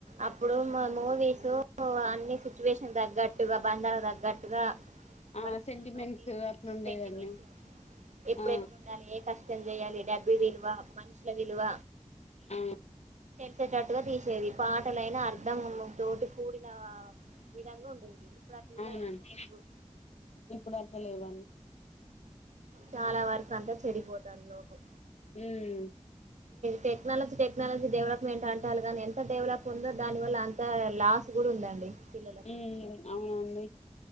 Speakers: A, on the right (about 80°); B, on the left (about 65°).
A: అప్పుడు మూ వీసు ఎక్కువ అన్ని సిచ్యువేషన్ తగ్గట్టుగా బంధాలకు తగ్గట్టుగా
B: ఆ
A: పరిస్థితిని
B: సెంటిమెంట్స్
A: బట్టి
B: అట్లా ఉండేదండి
A: సెంటిమెంట్స్ ఎప్పుడు
B: ఆ
A: ఎట్ల ఉండాలి ఏ కష్టం చేయాలి డబ్బి విలువ మనుషుల విలువ
B: ఆ
A: ఇచ్చేటట్టుగా తీసేది పాటలైనా అర్ధం తోటి కూడిన విధంగా ఉండేది ఇప్పుడు అట్లున్నాయంటే
B: అవునండి
A: లేవు
B: ఇప్పుడు అట్లా లేవాన్ని
A: చాలా వరకు అంతా చెడిపోతాన్లు లోకం
B: మ్మ్
A: టెక్నాలజీ టెక్నాలజీ డెవలప్మెంట్ అంటాలు కానీ ఎంత ఎంత డెవలప్ ఉందో దాని వల్ల అంత లాస్ కూడా ఉందండి పిల్లలకు
B: ఉ అవునండి